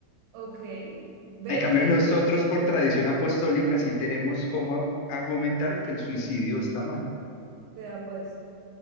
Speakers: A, on the right; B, on the left.
A: ok. Ve
B: En cambio, nosotros
A: eso,
B: por tradición apostólica sí tenemos cómo argumentar que el suicidio está mal.
A: vea pues.